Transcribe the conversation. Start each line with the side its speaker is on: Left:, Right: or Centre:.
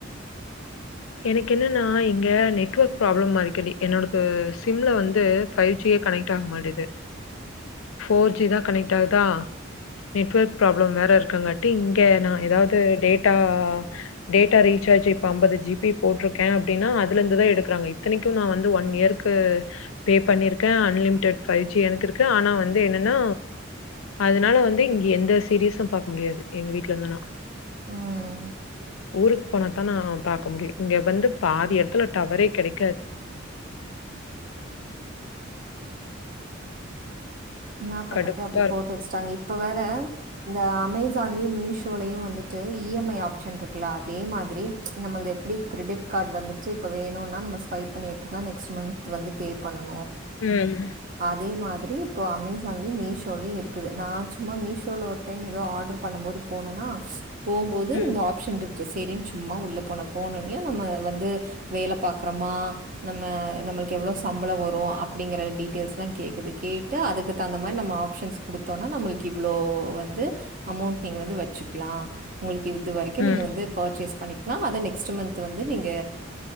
Left: எனக்கு என்னன்னா இங்க நெட்ஒொர்க் ப்ராப்ளம் மா இருக்கது என்னோட சிம்ல வந்து ஃபைவ் ஜியே கனெக்ட் ஆக மாட்டுகுது ஃபோர் ஜி தா கனெக்ட் ஆகுதா நெட்வெர்க் ப்ராப்ளம் வேற இருக்கு அங்க இங்க நா ஏதாது டேட் டா டேட்டா ரிச்சார்ஜ் இப்ப ஐம்பது ஜிபி போட்டு இருக்குகே அப்டினா அதுல இருந்துதா எடுக்குறாங்க இத்தனைக்கு நா வந்து ஒன் இயர்க்கு பே பண்ணி இருக்கா அன்லிமிடெட் பயிற்சி எனக்கிருக்கா ஆனா வந்து வந்து என்னன்னா அதனால வந்து இங்க எந்த சீரியஸும் பாக்க முடியாது எங்க வீட்டுல இருந்தனா
Right: ம்
Left: ஊருக் போனத்தா நா பாக்க முடியு இங்க வந்து பாதி இடத்துல டவரே கெடைக் ஹக்
Right: ஆஹ என்னாப் பண்றத
Left: கடுப்பா
Right: அப்டி
Left: இருக்கும்.
Right: போட்டு வெச்சுட்டாங்க இப்ப வேற இந்த அமேசான்லேயையு மீஷோலயையு வந்துட்டு இ எம் ஐ ஆப்ஷன் இருக்குல அதே மாதிரி நம்மளது எப்டி கிரெடிட் கார்டு வந்துட்டு இப்போ வேணும்னா நம்ம ஸ்வைப் பண்ணி எடுத்துக்கலாம் நெக்ஸ்ட் மந்த்த் வந்து பே பண்ணணு
Left: உஹம்
Right: அதே மாதிரி இப்போ அமேசான்லயு மீஷோலயு இருக்குது நா சும்மா மீஷோவில் ஒரு டைம் ஏதோ ஆர்டரு பண்ணு போது போனேன்னா போகும்போது
Left: ம்.
Right: இந்த ஆப்ஷன் இருக் சனு சும்மா உள்ள போன போனா நம்ம வந்து வேல பாக்கறோமா நம் நம்மளுக்கு எவ்வளோ சம்பலோ வரு அப்படிங்கற ஸ்ல்லாம் கேக்குது கேட்டு அதுக்கு தந்த மாரி நம்ம ஆப்ஷன்ஸ் கொடுத்தோ நா நம்மளுக்கு இவ்வளோ வந்து அமௌண்டட் நீங்க வந்து வச்சுக்கலாம் உங்களுக்கு இது வரைக்கு
Left: ம்.
Right: நீங்க வந்து பர்ச்சேஸ் பண்ணி அத நெக்ஸ்ட் மந்த் வந்து நீங்க